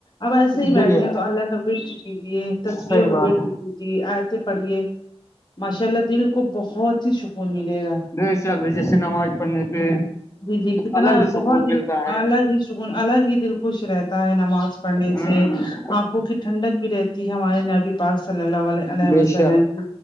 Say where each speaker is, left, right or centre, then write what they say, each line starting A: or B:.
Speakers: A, on the left (about 45°); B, on the left (about 25°).
A: اب ایسے ہی
B: دیکھیے
A: بیٹھے ہیں تو اللہ کبیر کیجے تصویر
B: صحیح
A: کبیر
B: بات ہے
A: ج دیجے ایسے پڑھیے ماشاء اللہ دل کو بہت ہی سکون ملے گا
B: میں جیسے نماز پڑھنے پہ
A: جی جی کتنا
B: الگ ہی سکون
A: بہت دل
B: ملتا ہے
A: الگ ہی سکون الگ ہی دل خوش رہتا ہے نماز پڑنے
B: ہ
A: سے آنکھوں کی ٹھنڈک بھی رہتی ہے ہماراری نبی پاک صلی اللہل
B: بے
A: وسلم
B: شک
A: کی